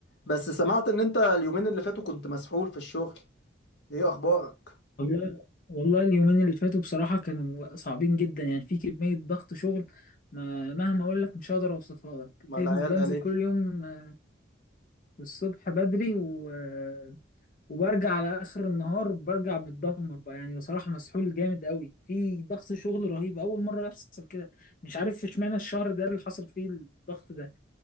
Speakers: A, on the left; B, on the left.
A: بس سمعت ان انت اليومين اللي فاتوا كنت مسحول في الشغل ايه اخبارك
B: والله والله اليومين اللي فاتوا بصراحة كانوا صعبين جدا يعني في كمية ضغط شغل ما مهما أقول لك مش هقدر أوصفها لك
A: ما العيال
B: بنزل بنزل
A: قالت
B: كل
A: لي
B: يوم آه، الصبح بدري و... آه، وبرجع على آخر النهار برجع متدمر بقى يعني بصراحة مسحول جامد قوي في ضغط شغل رهيب أول مرة يحصل كده مش عارف اشمعنى الشهر ده اللي حصل فيه الضغط ده